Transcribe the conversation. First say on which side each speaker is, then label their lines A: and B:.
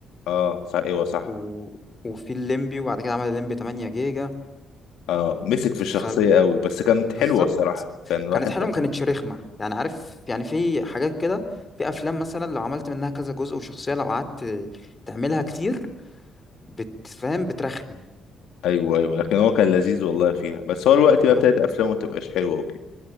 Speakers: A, on the left; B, on the left.
A: اه صح ايوه صح
B: و... وفي الليمبي وبعد كده عمل الليمبي 8 جيجا
A: اه مسك في
B: ف
A: الشخصية قوي بس كانت
B: بالظبط
A: حلوة الصراحة كان واحد
B: كانت حلوة
A: كان
B: ما كانتش رخمة يعني عارف يعني في حاجات كده في افلام مثلا لو عملت منها كذا جزء وشخصية لو قعدت تعملها كتير بتفهم بترخم
A: ايوه ايوه لكن هو كان لذيذ والله فيها بس هو الوقت بقى
B: آه.
A: ابتدت افلامه ما تبقاش حلوة وكده